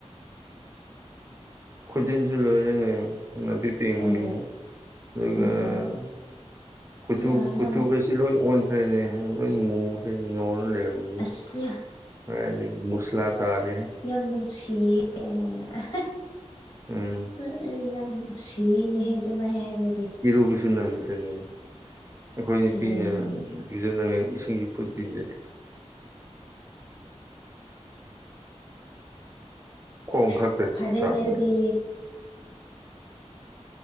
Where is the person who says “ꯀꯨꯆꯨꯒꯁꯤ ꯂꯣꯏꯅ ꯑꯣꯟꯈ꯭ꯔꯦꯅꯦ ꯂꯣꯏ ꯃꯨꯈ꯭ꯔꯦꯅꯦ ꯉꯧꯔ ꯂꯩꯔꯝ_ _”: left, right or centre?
Right